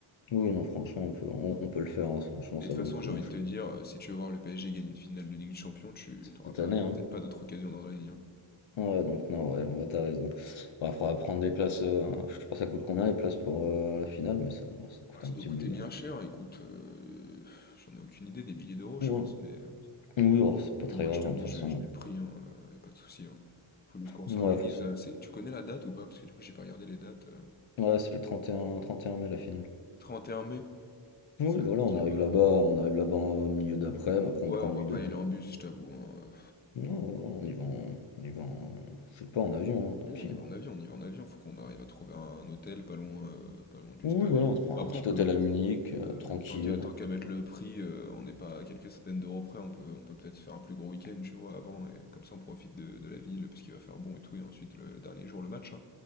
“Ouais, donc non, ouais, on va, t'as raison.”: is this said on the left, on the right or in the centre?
Left